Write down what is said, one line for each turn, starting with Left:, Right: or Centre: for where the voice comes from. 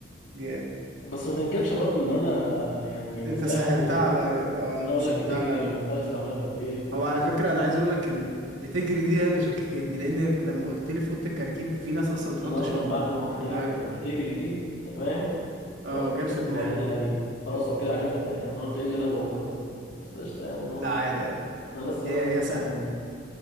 Right: جامد
Left: بس ما تنكرش برضو ان انا يعني
Right: انت
Left: بسهل
Right: سهلتها
Left: عليك
Right: على اه
Left: انا
Right: انت
Left: اقول
Right: سهلتها
Left: لك بتجري
Right: على
Left: وما ينفعش استعملها في البيت و...
Right: هو على فكرة انا عايز اقول لك ان بتجري دي هي اللي شككتني لانك لما قلت لي في اوضة الكراكيب في ناس اصلا ما بتحطش
Left: انا اصلا
Right: ال-
Left: بعد ما قلت
Right: العجلة
Left: لك بتجري دي انت فاهم فقلت
Right: اه جت
Left: بس
Right: في دماغي
Left: هو كده هي خلاص هو كده عارفها تق- يعني انا قلت ايه اللي انا بقوله ده بس قشطه يعني ممكن
Right: لا عادي عادي
Left: انا بس
Right: هي
Left: بفهم
Right: هي سهلة
Left: على منك